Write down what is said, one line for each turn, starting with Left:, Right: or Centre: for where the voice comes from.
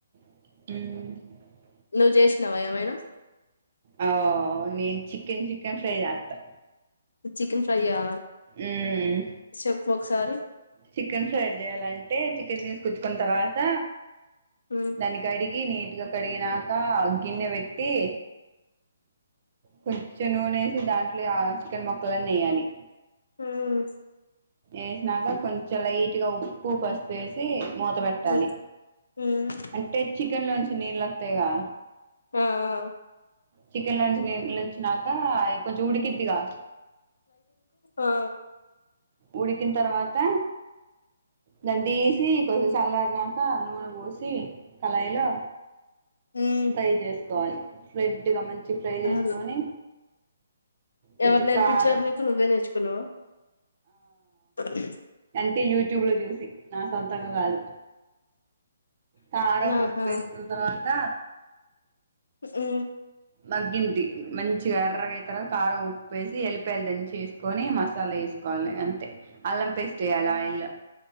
Right: మ్మ్
Left: నువ్ చేసినావా ఏమైనా
Right: ఆ నేను చికెన్ చికెన్ ఫ్రై చేత్తా
Left: చిక్ కన్ ఫ్రై ఆ
Right: ఉమ్
Left: చెప్పు సారీ
Right: చికెన్ ఫ్రైడ్ చేయ్యాలంటే చికెన్ తీసుకచ్చుకున్న తర్వాత
Left: ఉమ్
Right: దాన్ని కడిగి ని నీట్గా కడినా ఇకా గన్నె పెట్టి కొం చ నూనేసి దాంట్లో ఆ చికెన్ ముక్కలన్ని ఎయ్యాలి
Left: హ్మ్
Right: ఏసినాక కొంచెం లైట్ గట్టిగా ఉప్పు పసపేసి మూత పెట్టాలి
Left: ఉమ్ ఉమ్
Right: అంటే చికెన్ లోంచి నీళ్లోత్తయిగా
Left: ఆఆ
Right: చికెన్ లోంచి నీళ్లు వచ్చినాక అవి కొంచెం ఉడికిద్గా
Left: ఆ
Right: ఉడికిన తర్వాత దాన్ని తీసి కొంతసల్లారనా కా నూనె పోసి కళయిలో
Left: ఉమ్
Right: ఫ్రై చేసుకోవాలి ఫ్లెడ్గా మంచిగ ఫ్రై చేసుకొని
Left: అదే
Right: కొంచెం
Left: ఎవరు నేర్పించారు
Right: కారం
Left: నీకు నువ్వే నేర్చుకున్నావా అ
Right: ది యూట్యూబ్ లో చూసి నా సొంతంగా కాదు కారం
Left: ఆహా
Right: ఉప్పు ఏసుకున్న తర్వా త
Left: మ్మ్
Right: మగ్గింది మంచిగా ఎర్రగా అయి తర్వాత కారం ఉప్పేసి ఎల్లిపాయలు దంచి ఏసుకొని మసాలా ఏసుకోవాలి అంతే అల్లం పేస్ట్ ఏయాలి ఆయిల్ లో